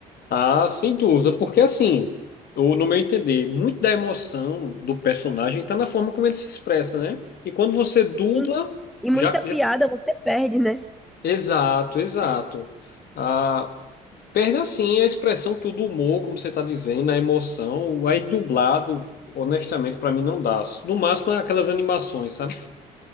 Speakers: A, on the left; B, in the centre.
A: Ah, sem dúvida, porque assim, eu, no meu entender, muito da emoção do personagem está na forma como ele se expressa, né? E quando você dubla,
B: Sim. E muita
A: já,
B: piada
A: já-
B: você perde, né?
A: Exato, exato. Ah, perde assim a expressão, tudo o humor, como você está dizendo, a emoção. Aí dublado, honestamente, para mim não dá. No máximo, aquelas animações, sabe?